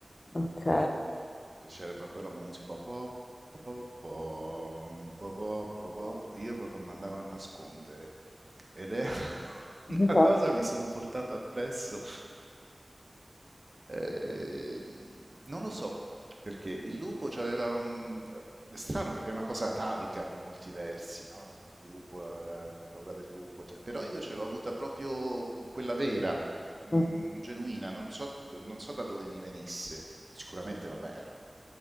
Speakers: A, on the left; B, on the right.
A: ok.
B: piacere proprio la musica. po- po- po- po- po- po- po- po- Io proprio mi andavo a nascondere ed è <laughs>
A: <laughs>
B: una cosa che mi sono portato appresso. Eh, non lo so perché il lupo c'aveva un... È strano perché è una cosa atavica per molti versi, no? Il lupo, la, la paura del lupo, cioè, però io ce l'ho avuta proprio quella vera, mh,
A: Mhm.
B: genuina, non so, non so da dove mi venisse. Sicuramente, vabbè, era un-